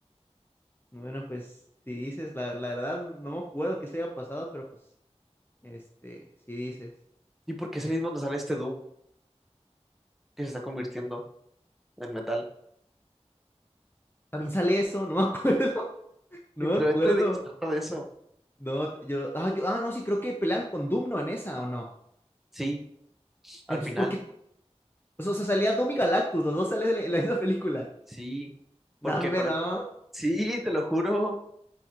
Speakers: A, on the left (about 20°); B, in the centre.
A: Bueno, pues si dices, la, la verdad no me acuerdo que se haya pasado, pero pues, este, si dices,
B: ¿Y por qué
A: es-
B: es ahí donde sale este Doom que se está convirtiendo en metal?
A: también sale eso, no me acuerdo, <laughs> no
B: Literalmente
A: me acuerdo.
B: de qué se trata de eso.
A: No, t- yo, ah, yo, ah, no, sí, creo que pelean con Doom, ¿no? En esa, ¿o no?
B: Sí, al
A: Entonces,
B: final.
A: ¿por qué? O sea, o sea, salía Doom y Galactus, los dos salen en la en la misma película.
B: Sí. Porque
A: No, hombre,
B: acuérdate.
A: no,
B: Sí, te lo juro.